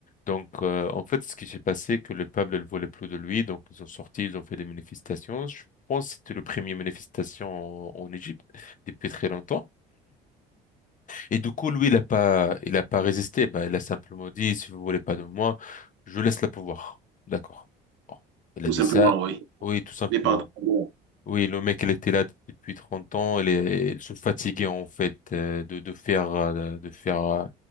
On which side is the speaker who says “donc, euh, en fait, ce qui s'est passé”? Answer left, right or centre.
Left